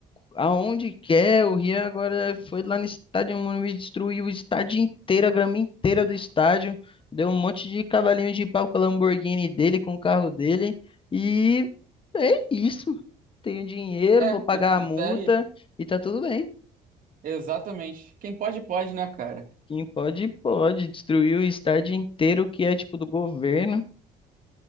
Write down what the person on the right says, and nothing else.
é,
e-
e tá aí.
Exatamente. Quem pode, pode, né, cara?